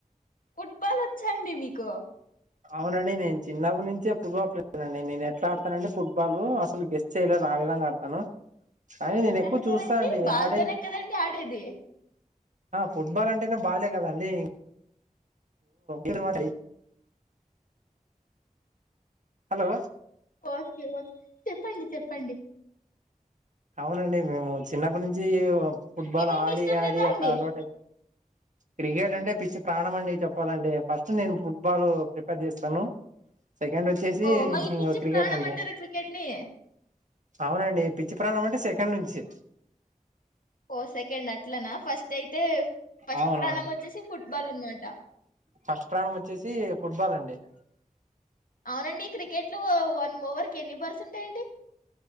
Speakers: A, on the left; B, on the right.
A: ఫుట్బాల్ వచ్చాండి మీకు
B: అవునండి నేను చిన్నప్పు నుంచే ఫుట్బాల్ ప్లేయర్ అండి నేను ఎట్లా ఆడతాన అండి ఫుట్బాల్ అసలు గెస్ట్ చేయ్యలేదు ఆ విధంగా ఆడతాను కానీ
A: ఎట్లా
B: నేను ఎక్కువ
A: ఆడతారండి
B: చూస్తా అండి
A: బాల్తోనే
B: ఆడ
A: కదండి ఆడేది
B: ఫుట్బాల్ అండి అంటనా బాగాలే కదండి ఇ మాత్ర హలో
A: ఓకే ఓకే చెప్పండి చెప్పండి
B: అవునండి మేము చిన్నప్పటి నుంచి ఫుట్బాల్
A: క్రికెట్ అంటే
B: ఆడి
A: ఇష్టం లేదా
B: ఆడి
A: అండి
B: అట్లా అలట క్రికెట్ అంటే పిచ్చి ప్రాణం అండి చెప్పాలంటే ఫస్ట్ నేను ఫుట్బాల్ ప్రిఫర్ చేస్తాను సెకండ్ వచ్చేసి
A: ఓ మళ
B: ఇంగ
A: పిచ్చి
B: క్రికెట్
A: ప్రాణమంటారా
B: అండి
A: క్రికెట్ ని
B: అవునండి పి చి ప్రాణం అంటే సెకండ్ నుంచి
A: ఓ సెకండ్ అట్లనా ఫస్ట్ అయితే ఫస్ట్
B: అవునవుండి
A: ప్రాణం వచ్చేసి ఫుట్బాల్ అనమాట
B: ఫస్ట్ ప్రాణం వచ్చేసి ఫుట్బాల్ అండి డి
A: అవునండి క్రికెట్ లో ఒ వన్ ఓవర్ కి ఎన్ని బాల్స్ ఉంటాయండి